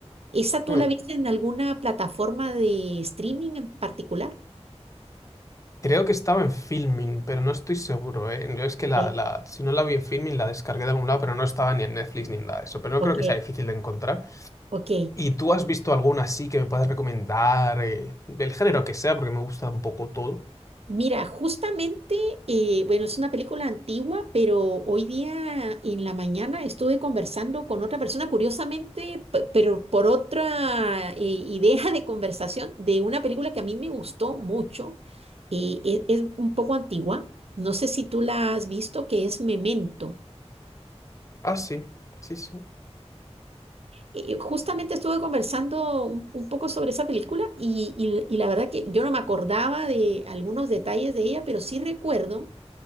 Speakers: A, on the right; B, on the left.
A: ¿Esa tú
B: Hmm.
A: la viste en alguna plataforma de streaming en particular?
B: Creo que estaba en Filmin, pero no estoy seguro, ¿eh? Yo es
A: Ok,
B: que la, la, si no la vi en Filmin, la descargué de algún lado, pero no estaba ni en Netflix ni en nada de eso. Pero no
A: ok,
B: creo que sea difícil de encontrar.
A: ok.
B: ¿Y tú has visto alguna así que me puedas recomendar? eh, del género que sea, porque me gusta un poco todo.
A: Mira, justamente, eh, bueno, es una película antigua, pero hoy día en la mañana estuve conversando con otra persona, curiosamente, pe- pero por otra eh, idea de conversación, de una película que a mí me gustó mucho. eh, e- es, un poco antigua, no sé si tú la has visto, que es Memento.
B: Ah, sí, sí, sí.
A: Eh, justamente estuve conversando un, un poco sobre esa película y, y y la verdad que yo no me acordaba de algunos detalles de ella, pero sí recuerdo